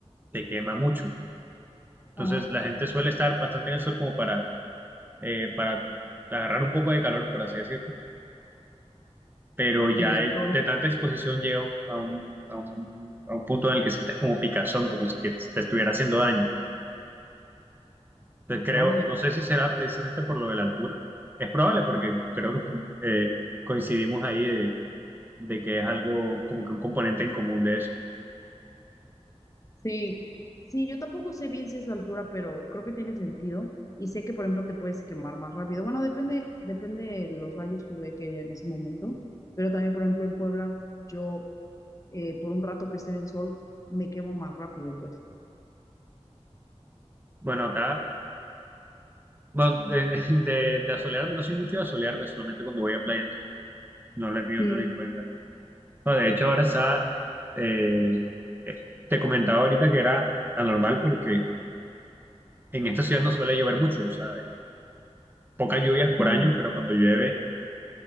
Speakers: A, on the right; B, on the left.
A: te quema mucho. Entonces
B: Ajá.
A: la gente suele estar bastante en el sol como para, eh, para agarrar un poco de calor, por así decirlo pero ya
B: En el
A: eh,
B: sol.
A: de tanta exposición llega a un, a un, a un, a un punto en el que sientes como picazón, como si que te estuviera haciendo daño. Entonces creo,
B: vaya
A: no sé si será precisamente por lo de la altura, es probable porque creo que eh, coincidimos ahí de, de que es algo como que un componente en común de eso.
B: Sí, sí, yo tampoco sé bien si es la altura, pero creo que tiene sentido. Y sé que, por ejemplo, te puedes quemar más rápido. Bueno, depende, depende de los rayos UV que haya en ese momento. Pero también, por ejemplo, en Puebla, yo eh, por un rato que esté en el sol, me quemo más rápido, pues.
A: Bueno, acá, bueno, de, <laughs> de, de asolearme, no soy mucho de asolearme, solamente cuando voy a playa, no lo he tenido
B: Mm,
A: tan en cuenta. No, de hecho, ahora está, eh, eh, te comentaba ahorita que era anormal porque... En esta ciudad no suele llover mucho, o sea, pocas lluvias por
B: mm,
A: año, pero cuando llueve,